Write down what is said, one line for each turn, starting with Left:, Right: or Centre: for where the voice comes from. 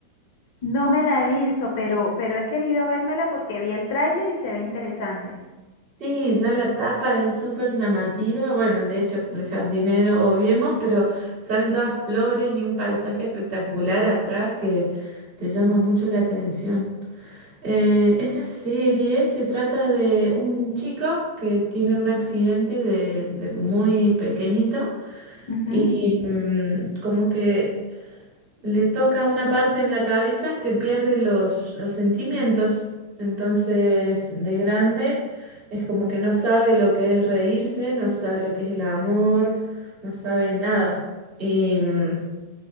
Left: No me la he visto, pero, pero he querido vérmela porque vi el tráiler y se ve interesante.
Right: Sí, ya la tapa es súper llamativa. Bueno, de hecho, el jardinero obviemos, pero salen todas flores y un paisaje espectacular atrás que te llama mucho la atención. Eh, esa serie se trata de un chico que tiene un accidente de, de muy pequeñito
Left: Ujú.
Right: y mm, como que le toca una parte en la cabeza que pierde los, los sentimientos. Entonces, de grande, es como que no sabe lo que es reírse, no sabe lo que es el amor, no sabe nada. Y mm,